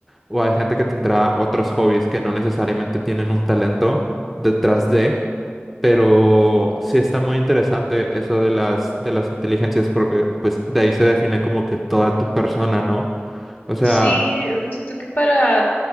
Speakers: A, in the centre; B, on the left.
A: O hay gente que tendrá otros hobbies que no necesariamente tienen un talento detrás de, pero sí está muy interesante eso de las, de las inteligencias, porque pues de ahí se define como que toda tu persona, ¿no? O sea,
B: Sí, o sea, siento que para